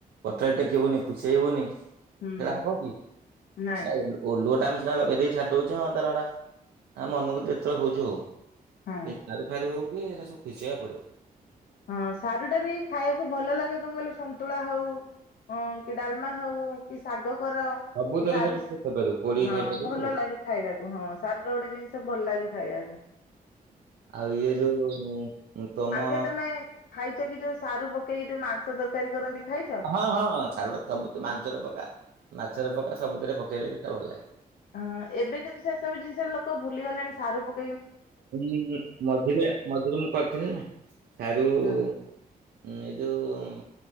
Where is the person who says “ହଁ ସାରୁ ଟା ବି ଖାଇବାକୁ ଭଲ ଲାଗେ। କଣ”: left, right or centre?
Left